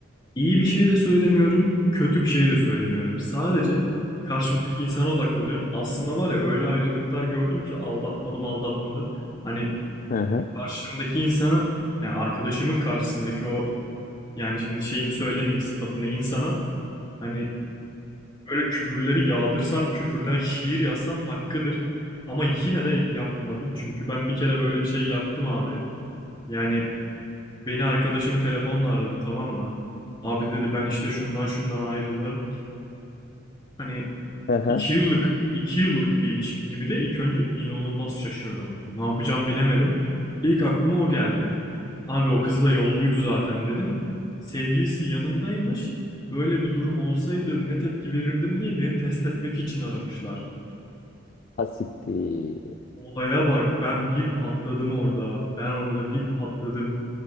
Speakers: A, on the left; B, on the left.
A: İyi bir şey de söylemiyorum, kötü bir şey de söylemiyorum. Sadece karşımdaki insana odaklanıyorum. Aslında var ya öyle ayrılıklar gördüm ki aldatmalı mı aldatmalı. Hani
B: Hı hı.
A: karşımdaki insana yani arkadaşımın karşısındaki o yani şimdi şeyini söylemeyeyim sıfatını insana hani Böyle küfürleri yağdırsam, küfürden şiir yazsam hakkıdır. Ama yine de yapmadım. Çünkü ben bir kere böyle bir şey yaptım abi. Yani beni arkadaşım telefonla aradı tamam mı? Abi dedi ben işte şundan şundan ayrıldım. Hani
B: Hı hı.
A: iki yıllık iki yıllık bir ilişkiydi bir de ilk önce inanılmaz şaşırdım. Ne yapacağım bilemedim. İlk aklıma o geldi. Abi o kız da yolluydu zaten dedim. Sevgilisi yanındaymış. Böyle bir durum olsaydı ne tepki verirdim diye beni test etmek için aramışlar.
B: Ha siktir.
A: Olaya bak ben bir patladım orada. Ben orada bir patladım.